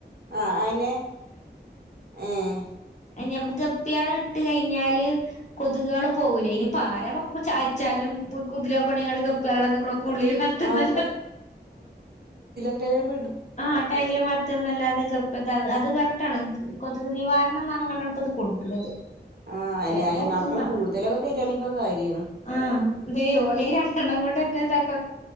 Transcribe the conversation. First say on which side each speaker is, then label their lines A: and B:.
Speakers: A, on the right; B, on the left.
A: ആഹ് അയന് ഏഹ്
B: ഞമ്മക്ക് ഗപ്പേളെ ഇട്ട് കഴിഞ്ഞാല് കൊതുകേള് പോവൂലെ അയിന്പ്പാ മുമ്പ് ചാ അയച്ചാലും കുതില കൊണങ്ങിങ്ങാണ്ട് ഗപ്പീളെടാ നിക്ക്ണോക്ക്‌ ഉള്ളിൽ വളത്ത്ന്നല്ലാന്ന്
A: ആഹ് കേ
B: ആഹ് ടാങ്കില് വളർത്താന്നല്ലാതെ ഗപ്പി ത്താത് അ അത് പറഞ്ഞിട്ടാണ് കൊതുക് നിവാരണം <unintelligible> ഇത് കൊടുത്തത്
A: ആഹ് അയിന്
B: എവ്ടെ
A: അയിന്
B: എത്തുന്നാവൊ
A: മാത്രം കൂടുതലൊക്കെ തരാണെങ്കി ഇപ്പൊ കാര്യാണ്
B: ആഹ് ഇതീ ഓലീ രണ്ടെണ്ണം കൊണ്ട് താക്ക